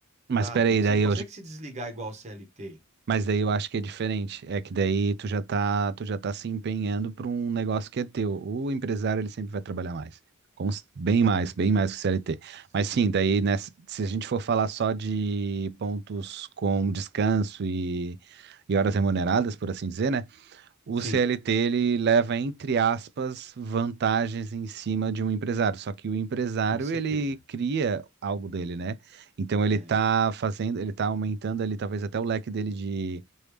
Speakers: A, on the right; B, on the right.
A: Mas
B: sabe?
A: peraí,
B: Você
A: daí
B: não consegue
A: eu,
B: se desligar igual o CLT.
A: Mas daí eu acho que é diferente. É que daí tu já tá, tu já tá se empenhando para um negócio que é teu. O empresário, ele sempre vai trabalhar mais. Como, se- bem mais, bem mais que o CLT.
B: Sim,
A: Mas sim, daí, né, se se a gente for falar só de pontos com descanso e, e horas remuneradas, por assim dizer, né? O
B: sim,
A: CLT, ele leva, entre aspas, vantagens em cima de um empresário. Só que o empresário,
B: com certeza.
A: ele cria algo dele, né? Então ele
B: É,
A: tá fazendo, ele tá aumentando ali talvez até o leque dele de